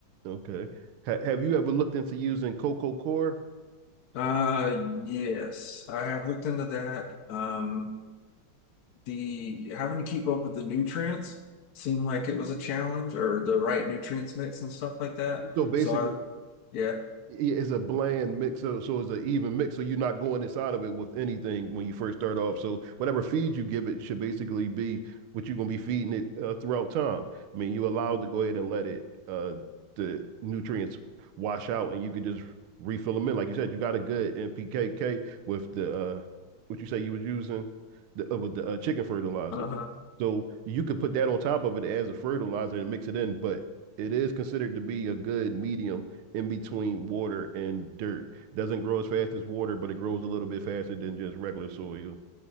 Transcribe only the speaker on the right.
Okay. Ha- have you ever looked into using Coco Core?
So basically,
it's a bland mix so, so it's an even mix so you're not going inside of it with anything when you first start off so whatever feed you give it should basically be what you're going to be feeding it uh, throughout time i mean you're allowed to go ahead and let it uh the nutrients wash out and you could just refill them in like you said you got a good npkk with the uh what you say you was using the, uh, with the uh, chicken fertilizer
so you could put that on top of it as a fertilizer and mix it in but it is considered to be a good medium in between water and dirt. Doesn't grow as fast as water, but it grows a little bit faster than just regular soil.